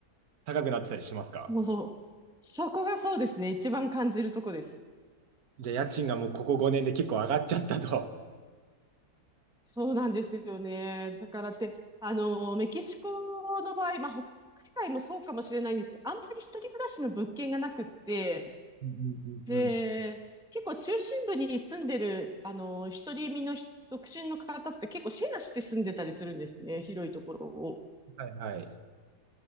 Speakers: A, on the right; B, in the centre.
A: 高くなってたりしますか
B: もうそう。そこがそうですね。一番感じるとこです。
A: じゃあ家賃がもうここ5年で結構上がっちゃったと。
B: そうなんですよね。だからって、あの、メキシコの場合、まあ、他海外もそうかもしれないんですけど、あんまり一人暮らしの物件がなくって、
A: うんうんうんうん。
B: で、結構中心部に住んでる、あの、一人身の人独身の方って結構シェアして住んでたりするんですね。広いところを。
A: はいはい。